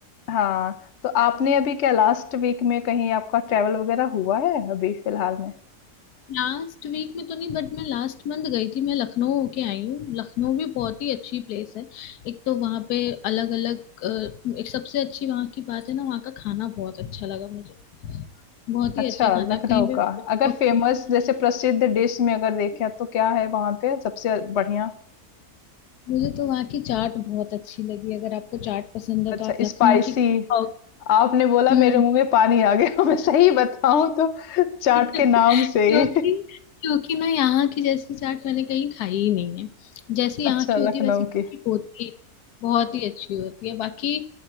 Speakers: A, on the left (about 55°); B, on the left (about 80°).
A: हाँ तो आपने अभी क्या लास्ट वीक में कहीं आपका ट्रेवल वगैरह हुआ है अभी फिलहाल में
B: लास्ट वीक में तो नहीं बट मैं लास्ट मंथ गई थी मैं लखनऊ होके आई हूँ लखनऊ भी बहुत ही अच्छी प्लेस है एक तो वहाँ पे अलग अलग एक सबसे अच्छी वहाँ की बात है ना वहाँ का खाना बहुत अच्छा लगा मुझे बहुत ही
A: अच्छा
B: अच्छा खाना
A: लखनऊ
B: है। आप कहीं पे
A: का
B: चाट-
A: अगर फेमस जैसे प्रसिद्ध डिश में अगर देखें तो क्या है वहां पे सबसे बढ़िया
B: मुझे तो वहाँ की चाट बहुत अच्छी लगी अगर आपको चाट पसंद है
A: अच्छा
B: तो आप लखनऊ
A: स्पाइसी
B: की खाओ
A: आपने बोला
B: हम्म
A: मेरे मुंह में पानी आ गया <laughs> मैं सही बताऊं तो चाट के
B: क्योंकि
A: नाम से ही
B: क्योंकि ना यहाँ की जैसी चाट मैंने कहीं खाई ही नहीं है जैसे यहाँ
A: अच्छा
B: की
A: लखनऊ
B: होती है वैसे
A: की
B: की होती बहुत ही अच्छी होती है बाकी